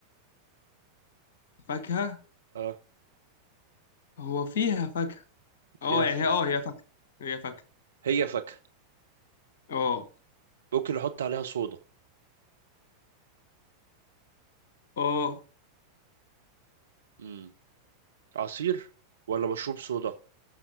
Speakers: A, on the left; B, on the right.
A: فاكهة
B: اه
A: هو فيها فاكهة اه
B: فيها
A: يعني
B: ف...
A: هي اه هي فاكهة هي فاكهة
B: هي فاكهة
A: اه
B: ممكن نحط عليها صودا
A: اه
B: مم. عصير ولا مشروب صودا